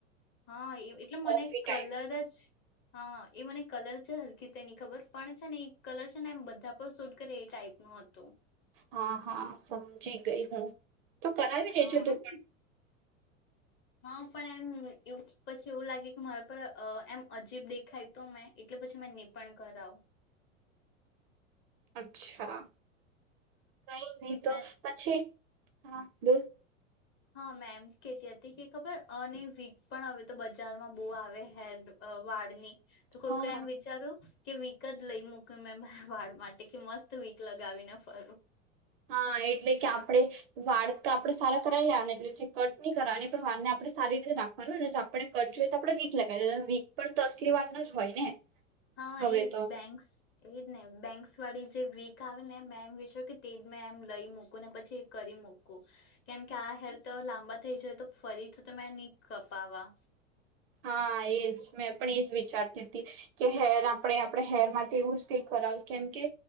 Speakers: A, on the left; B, on the right.
A: હા એ એટલે
B: કોફી
A: મને
B: ટાઈપ
A: કલર જ હા એ મને કલર છે હલકી તેની ખબર પણ છે એ કલર છે ને એમ બધા પણ શૂટ કરે એ ટાઈપનુંું હતું
B: હા, હા, સમજી ગઈ હું. તો કરાવી લેજો
A: હા
B: તું પણ
A: હા પણ એમ પછી એવું લાગે કે મારા પર એમ અજીબ દેખાય તો મેં એટલે પછી મે નહી પણ કરાવું
B: અચ્છા, કઈ નહી તો
A: મે
B: પછી. હા, બોલ
A: હા. એમ કેતી હતી કે ખબર અને વીક પણ હવે તો બજારમાં બહુ આવે હેર વાળ ની તું કોઈ
B: હા
A: ક એમ વિચાર્યું કે વીક જ લઈ મૂક મેં મારા વાળ માટે કે મસ્ત વીક લગાવીને ફરૂ
B: હા એટલે કે આપણે વાળ તો આપણેે સારા કરાવી લેવા એટલે જે કટ નહી કરવાની પણ વાર ને આપણે સારી રીતે રાખવાનું ને આપણે કટ જોઈએ તો આપણેે વીક લગાવીએ વીક પણ તો અસલી વારના જ હોય ને.
A: હા.
B: હવે
A: એજ
B: તો
A: બેન્ક્સ એજ ને બેન્ક્સ વાળી જે વીક આવે ને મેં એમ વિચાર્યું કે તે જ મેં એમ લઈ મૂકું ને પછી કરી મૂકું કેમ કે આ હેર તો લાંબા થઈ જાય તો ફરીથી તો મેં નહી કપાવા.
B: હા એજ મેં પણ એજ વિચારતી હતી કે હેર આપણે આપણે હેર માટે એવું જ કઈ કરાવ કેમ કે